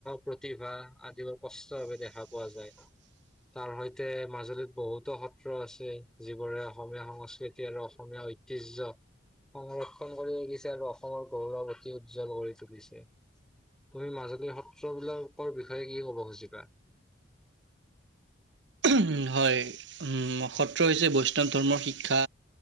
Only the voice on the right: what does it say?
উম হয় উম স্ৰ হৈছে বৈষ্ণৱ ধৰ্মৰ শিক্ষা